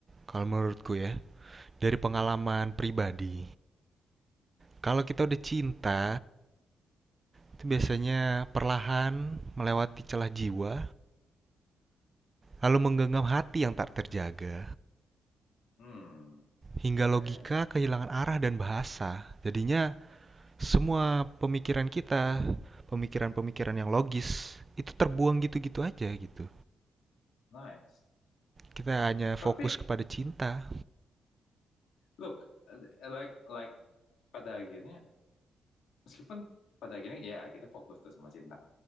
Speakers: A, on the right (about 25°); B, on the left (about 85°).
A: kalau menurutku ya dari pengalaman pribadi. Kalau kita udah cinta, itu biasanya perlahan melewati celah jiwa, lalu menggenggam hati yang tak terjaga,
B: Hmm.
A: hingga
B: Okay.
A: logika kehilangan arah dan bahasa. Jadinya semua pemikiran kita, pemikiran-pemikiran yang logis itu terbuang gitu-gitu aja gitu.
B: Nice.
A: Kita hanya fokus
B: Tapi,
A: kepada cinta.
B: look, uh, like, like pada akhirnya, meskipun pada akhirnya ya kita fokus tuh sama cinta.